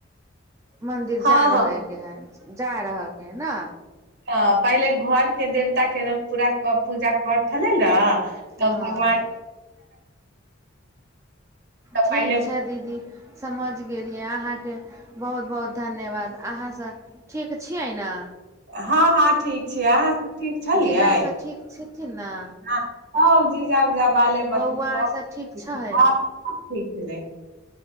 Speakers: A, on the right; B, on the right.
A: मन्दिर
B: हँ
A: जा
B: हँ
A: रहेके है जा रहेके हइ न।
B: त पहिले घर के देवता के र पूरा पूजा कर। छलै ने तब
A: हँ
B: भगवान। पहिले
A: ठीक छै दीदी। समझ गेलिय अहाँके बहुत बहुत धन्यवाद अहाँ सब ठीक। पूछियइ न।
B: हँ हँ ठीक छै आहा। ठीक छलियै
A: जीजासँ ठीक छथिन ने
B: ह सब जीजा उजा बाले बच्चु
A: बौआ
B: सब
A: आरसँ ठीक छै
B: ठीक छलै।